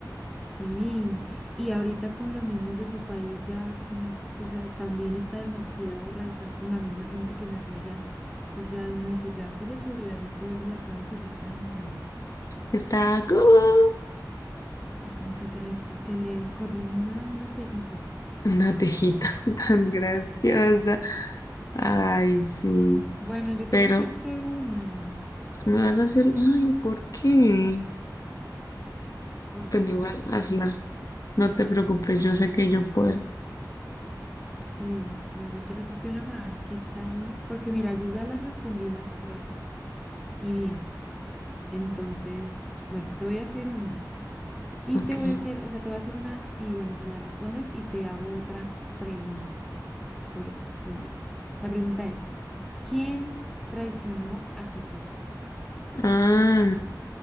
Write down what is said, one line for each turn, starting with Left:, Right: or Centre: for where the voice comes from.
Centre: Sí, y ahorita con los mismos de su país ya, mm, o sea, también está demasiado radical con la misma gente que nació allá. Entonces ya uno dice, ya se le subió el poder a la cabeza y ya está demasiado mal.
Left: Está como
Centre: Sí, como que se le, su- se le corrió una, una tejita.
Left: una tejita <laughs> tan graciosa. Ay, sí.
Centre: Bueno, yo
Left: Pero
Centre: quiero hacerte una,
Left: me vas a hacer, ay, ¿por qué?
Centre: porque
Left: Pues igual,
Centre: pues bueno,
Left: hazla. No te preocupes, yo sé que yo puedo.
Centre: sí, no, yo quiero hacerte una para ver qué tal, porque mira, yo ya las respondí las tres y bien, entonces, bueno, te voy a hacer una. Y
Left: Ok.
Centre: te voy a hacer, o sea, te voy a hacer una y bueno, si la respondes y te hago otra pregunta sobre eso. Entonces, la pregunta es, ¿quién traicionó a Jesús?
Left: Ah,